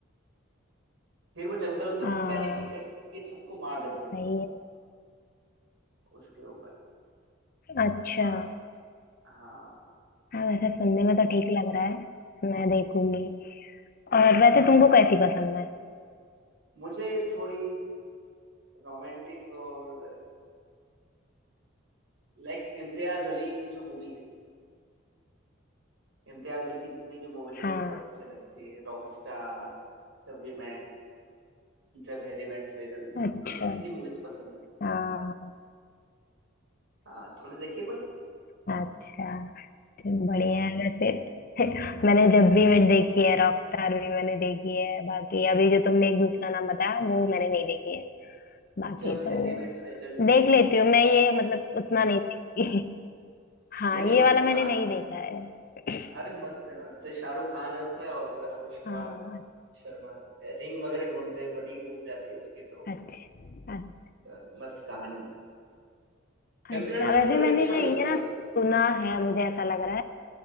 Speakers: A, on the right; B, on the left.
A: फिर वो जंगल में
B: हाँ
A: वो क्या एक एक करके सबको मार देते हैं
B: सही है
A: उसके ऊपर
B: अच्छा
A: बा- हाँ
B: हाँ वैसे सुनने में तो ठीक लग रहा है मैं देखूंगी और
A: हाँ
B: वैसे तुमको कैसी पसंद है
A: मुझे थोड़ी रोमांटिक और लाइक इम्तियाज अली की जो मूवी है इम्तियाज अली की जितनी भी मूवीज है
B: हाँ
A: मुझे बहुत अच्छी लगती है Rockstar Jab we met Jab Harry met Sejal
B: अच्छा
A: इस तरह की मूवीज पसंद है
B: हाँ
A: हाँ तुमने देखी है कोई
B: अच्छा तो बढ़िया है वैसे <laughs> मैंने जब भी वेट देखी है रॉकस्टार भी मैंने देखी है बाकी अभी जो तुमने एक दूसरा नाम बताया वो मैंने नहीं देखी है बाकी
A: जब
B: तो
A: हैरी मेट सेजल
B: देख लेती हूँ मैं ये मतलब उतना नहीं देखती <laughs> हाँ
A: नहीं नहीं
B: ये
A: मस्त
B: वाला मैंने
A: कहानी
B: नहीं देखा है <clears throat>
A: अरे मस्त है मस्त है शाहरुख खान है उसमें और अनुष्का
B: हाँ
A: शर्मा है रिंग वगैरह ढूंढते हैं वो रिंग गुम जाती है उसकी तो
B: अच्छा अच्छा
A: यार, मस्त कहानी है
B: अच्छा
A: इम्तियाज अली
B: वैसे
A: का यही
B: मैंने
A: अच्छा
B: ये
A: लगता
B: ना
A: है
B: सुना है मुझे ऐसा लग रहा